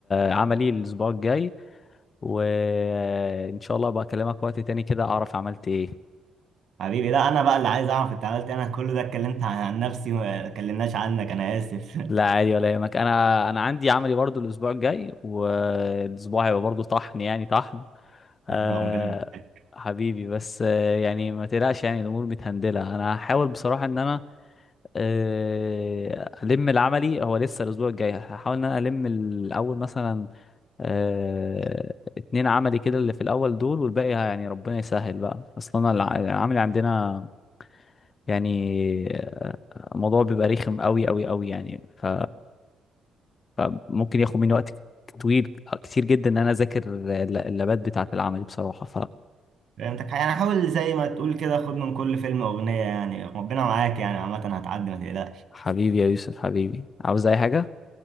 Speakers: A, on the left; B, on the right.
A: عملي الأسبوع الجاي وإن شاء الله بقى أكلمك وقت تاني كده أعرف عملت إيه
B: حبيبي لا أنا بقى اللي عايز أعرف أنت عملت إيه، أنا كل ده اتكلمت عن عن نفسي وما اتكلمناش عنك أنا آسف
A: لا عادي ولا يهمك أنا أنا عندي عملي برضو الأسبوع الجاي والأسبوع هيبقى برضو طحن يعني طحن آه
B: <laughs> ربنا معاك
A: حبيبي بس آه، يعني ما تقلقش يعني الأمور متهندلة أنا هحاول بصراحة إن أنا آه، الم العملي هو لسه الاسبوع الجاي هحاول ان انا الم الاول مثلا آه، اتنين عملي كده اللي في الاول دول والباقي يعني ربنا يسهل بقى اصلا الع- العملي عندنا يعني آه، الموضوع بيبقى رخم قوي قوي قوي يعني ف- فممكن ياخد مني وقت طويل كتير جدا ان انا اذاكر الل- اللابات بتاعه العملي بصراحة
B: فهمتك يعني حاول زي ما تقول كده خد من كل فيلم أغنية يعني ربنا معاك يعني عامة هتعدي ما تقلقش
A: فحبيبي يا يوسف حبيبي عاوز اي حاجة